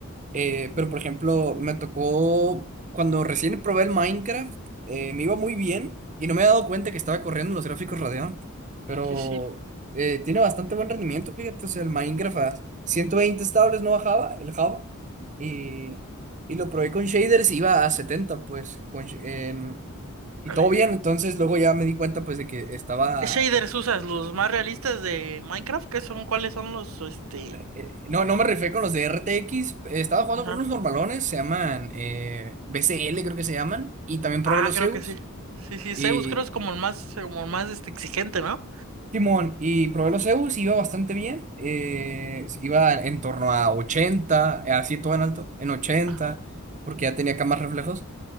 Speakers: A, on the right; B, on the right.
A: Eh, pero por ejemplo, me tocó cuando recién probé el Minecraft, eh, me iba muy bien y no me había dado cuenta que estaba corriendo en los gráficos Radeon. Pero
B: Sí, sí.
A: eh, tiene bastante buen rendimiento, fíjate. O sea, el Minecraft a 120 estables no bajaba, el Java. Y, y lo probé con shaders, y iba a 70 pues. Con, sh- en- y
B: Vale.
A: todo bien, entonces luego ya me di cuenta, pues, de que estaba.
B: ¿Qué shaders usas? ¿Los más realistas de Minecraft? ¿Qué son? ¿Cuáles son los, este?
A: Eh, no, no me refiero con los de RTX. eh, Estaba jugando
B: Ajá.
A: con unos normalones, se llaman eh, B C l creo que se llaman. Y también probé
B: Ah,
A: los
B: creo
A: Zeus.
B: que sí. Sí, sí,
A: Y
B: Zeus creo es como el más, como el más, este, exigente, ¿no?
A: Timón, y probé los Zeus, iba bastante bien. eh, iba en torno a ochenta eh, así todo en alto, en ochenta
B: Ajá.
A: porque ya tenía acá más reflejos.